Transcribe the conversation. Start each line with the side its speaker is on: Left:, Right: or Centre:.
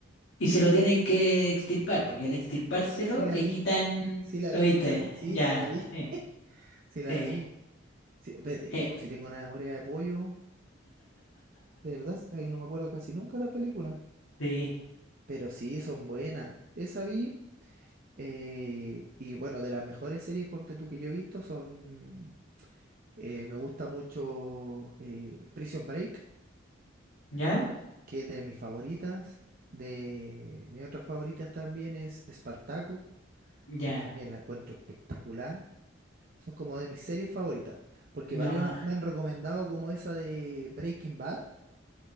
Left: y se lo tienen que extirpar. Pues y al extirpárselo
Right: Sí la
Left: le
Right: vi,
Left: quitan.
Right: sí la
Left: ¿Lo
Right: vi,
Left: viste?
Right: sí la vi, sí,
Left: Ya,
Right: sí la vi,
Left: sí.
Right: <laughs> sí la
Left: Sí,
Right: vi. Sí, ve, te digo,
Left: eh,
Right: si tengo una memoria de pollo, de verdad, sabes no me acuerdo casi nunca la película.
Left: sí.
Right: Pero sí, son buenas. Esa vi. Eh, y bueno, de las mejores series, ponte tú, que yo he visto son, eh, me gusta mucho eh, Prison Break,
Left: ¿Ya?
Right: que es de mis favoritas. De mis otras favoritas también es Spartacus,
Left: Ya.
Right: que también la encuentro espectacular. Son como de mis series favoritas, porque
Left: No.
Right: varios me han recomendado como esa de Breaking Bad,